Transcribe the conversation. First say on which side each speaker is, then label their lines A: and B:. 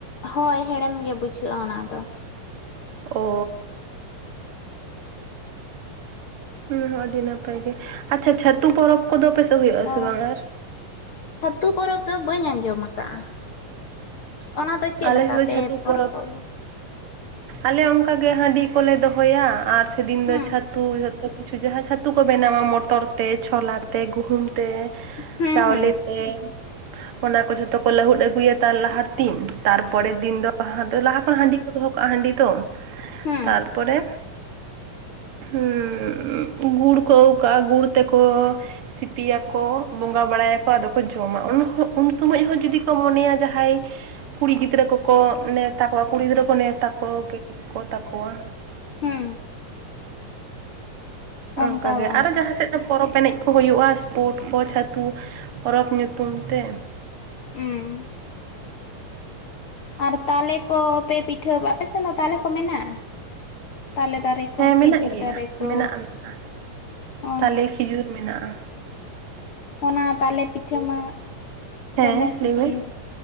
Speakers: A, on the left (about 65°); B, on the right (about 45°).
A: ᱦᱳᱭ ᱦᱮᱲᱮᱢ ᱜᱮ ᱵᱩᱡᱷᱟᱹᱜ-ᱟ ᱚᱱᱟ ᱫᱚ
B: ᱳᱻ ᱚᱱᱟ ᱦᱚᱸ ᱟᱹᱰᱤ ᱱᱟᱯᱟᱭ ᱜᱮ ᱟᱪᱪᱷᱟ ᱪᱷᱟᱹᱛᱩ ᱯᱚᱨᱚᱵᱽ ᱠᱚᱫᱚ ᱟᱯᱮᱥᱮᱜ ᱦᱩᱭᱩᱜ ᱟᱥᱮ
A: ᱦᱳᱭ
B: ᱵᱟᱝ ᱟᱨ
A: ᱪᱷᱟᱹᱛᱩ ᱯᱚᱨᱚᱵᱽ ᱫᱚ ᱵᱟᱹᱧ ᱟᱸᱡᱚᱢᱟ ᱠᱟᱜ-ᱟ ᱚᱱᱟ ᱫᱚ ᱪᱮᱫ
B: ᱟᱞᱮ
A: ᱞᱮᱠᱟ
B: ᱥᱮᱫ ᱫᱚ
A: ᱯᱮ
B: ᱪᱷᱟᱹᱛᱩ
A: ᱯᱚᱨᱚᱵᱚᱜ
B: ᱯᱚᱨᱚᱵᱽ
A: ᱜᱮᱭᱟ
B: ᱟᱞᱮ ᱚᱝᱠᱟᱜᱮ ᱦᱟᱺᱰᱤ ᱠᱚᱞᱮ ᱫᱚᱦᱚᱭᱟ ᱟᱨ ᱥᱮᱫᱤᱱ
A: ᱦᱮᱸ
B: ᱫᱚ ᱪᱷᱟᱹᱛᱩ ᱡᱷᱚ ᱛᱚ ᱠᱤᱪᱷᱩ ᱡᱟᱦᱟᱸ ᱪᱷᱟᱹᱛᱩ ᱠᱚ ᱵᱮᱱᱟᱣᱟ ᱢᱚᱴᱚᱨ ᱛᱮ ᱪᱷᱚᱞᱟ ᱛᱮ ᱜᱩᱦᱩᱢ ᱛᱮ
A: ᱦᱩᱸ
B: ᱪᱟᱣᱞᱮ
A: ᱦᱩᱸ
B: ᱛᱮ ᱚᱱᱟ ᱠᱚ ᱡᱷᱚᱛᱚ ᱠᱚ ᱞᱟᱹᱦᱩᱫ ᱟᱹᱜᱩᱭᱟ ᱛᱟᱨ ᱞᱟᱦᱟ ᱫᱤᱱ ᱛᱟᱨ ᱯᱚᱨᱮᱨ ᱫᱤᱱ ᱫᱚ ᱞᱟᱦᱟ ᱠᱷᱚ ᱦᱟᱺᱰᱤ ᱠᱚ ᱫᱚᱦᱚ ᱠᱟᱜ-ᱟ ᱦᱟᱺᱰᱤ ᱛᱚᱢ
A: ᱦᱩᱸ
B: ᱛᱟᱨ ᱯᱚᱨᱮ ᱦᱩᱸ ᱜᱩᱲ ᱠᱚ ᱟᱹᱜᱩ ᱠᱟᱜ-ᱟ ᱜᱩᱲ ᱛᱮᱠᱚ ᱥᱤᱯᱤ ᱭᱟᱠᱚ ᱵᱚᱸᱜᱟ ᱵᱟᱲᱟ ᱭᱟᱠᱚ ᱟᱫᱚ ᱠᱚ ᱡᱚᱢᱟ ᱩᱱᱦᱚ ᱩᱱ ᱥᱚᱢᱚᱭ ᱦᱚᱸ ᱡᱩᱫᱤ ᱠᱚ ᱢᱚᱱᱮᱭᱟ ᱡᱟᱦᱟᱸᱭ ᱠᱩᱲᱤ ᱜᱤᱫᱽᱨᱟᱹ ᱠᱚᱠᱚ ᱱᱮᱣᱛᱟ ᱠᱚᱣᱟ ᱠᱩᱲᱤ ᱜᱤᱫᱽᱨᱟᱹ ᱠᱚ ᱱᱮᱣᱛᱟ ᱠᱚ ᱛᱟᱠᱚᱣᱟ,
A: ᱦᱩᱸ
B: ᱚᱝᱠᱟ
A: ᱚᱱᱠᱟ
B: ᱜᱮ
A: ᱵᱟᱝ
B: ᱟᱨᱚ ᱡᱟᱦᱟᱸ ᱥᱮᱫ ᱫᱚ ᱯᱚᱨᱚᱯ ᱮᱱᱮᱡ ᱠᱚ ᱦᱩᱭᱩᱜ-ᱟ ᱥᱯᱳᱴ ᱠᱚ ᱪᱟᱹᱛᱩ ᱯᱚᱨᱚᱵᱽ ᱧᱩᱛᱩᱢ ᱛᱮ᱾
A: ᱩᱢᱸ ᱟᱨ ᱛᱟᱞᱮ ᱠᱚ ᱯᱮ ᱯᱤᱴᱷᱟᱹ ᱟᱯᱮ ᱥᱮᱱ ᱫᱚ ᱛᱟᱞᱮ ᱠᱚ ᱢᱮᱱᱟᱜᱟ ᱛᱟᱞᱮ ᱫᱟᱨᱮ? ᱠᱚ
B: ᱦᱮᱸ
A: ᱠᱷᱤᱡᱩᱨ
B: ᱢᱮᱱᱟᱜ ᱜᱮᱭᱟ
A: ᱫᱟᱨᱮ ᱠᱚ
B: ᱢᱮᱱᱟᱜᱼᱟ ᱢᱮᱱᱟᱜᱼᱟ
A: ᱚ
B: ᱛᱟᱞᱮ ᱠᱷᱤᱡᱩᱨ ᱢᱮᱱᱟᱜ-ᱟ᱾
A: ᱚᱱᱟ ᱛᱟᱞᱮ ᱯᱤᱴᱷᱟᱹ ᱢᱟ
B: ᱦᱮᱸ
A: ᱫᱚᱢᱮ ᱥᱤᱵᱤᱞ᱾
B: ᱞᱟᱹᱭ ᱢᱮ